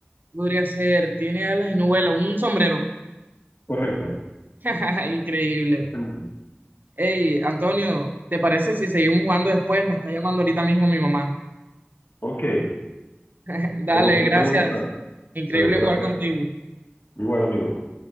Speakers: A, on the right; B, on the left.
A: podría ser, tiene alas y no vuela. Un sombrero.
B: Correcto.
A: <laughs> Increíble.
B: Este mismo.
A: Hey, Antonio, ¿te parece si seguimos jugando después? Me está llamando ahorita mismo mi mamá.
B: Ok.
A: <laughs> Dale,
B: Pues nos conectamos
A: gracias.
B: un rato.
A: Increíble
B: Está bien, gracias.
A: jugar contigo.
B: Igual, amigo.